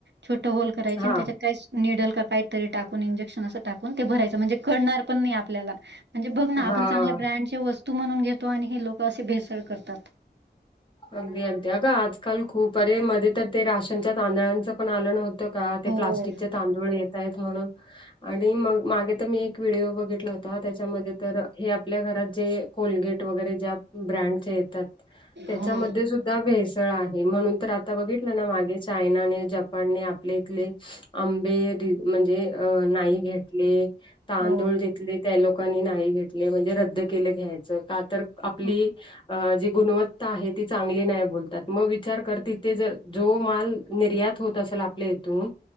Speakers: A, on the right (about 80°); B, on the left (about 25°).
A: छोट होल करायचे
B: हा
A: न त्याच्यात काय सु निडल काही तरी टाकून इंजेक्शन असं टाकून ते भरायचं, म्हणजे कळणार पण नाही आपल्याला म्हणजे बघना आपण
B: हा
A: चांगल्या ब्रँडचे च्या वस्तू म्हणून घेतो आणि हे लोक असे भेसळ करतात.
B: अगदी अगदी अगं आजकाल खूप अरे मध्ये तर ते राशनच्या तांदळांचं पण आलं नव्ह का ते
A: हो.
B: प्लास्टिकचे तांदूळ येतायत म्हणून. आणि मग मागे तर मी एक व्हिडिओ बगीतला होता त्यांच्यामध्ये तर हे आपल्या घरात जे, कोलगेट वगेरे ज्या ब्रँडच्या येतात. त्यांच्यामध्ये
A: हो,
B: सुद्धा भेसळ आहे म्हणून तर आता बघितलं ना मागे चायनाने जपान. जपान ने आपल्या इतले आंबे म्हणजे अ नाइ घेतले तांदूळ
A: हो,
B: घेतले त्या लोक नाही घेतले म्हणजे रद्द केले घ्यायचं, का तर आपली
A: हो,
B: ज गुणवत्ता, आहे ती चांगली नाइ बोलतात मग विचार कर त ते जर जो माल निर्यात होत असेल आपल्या- तुन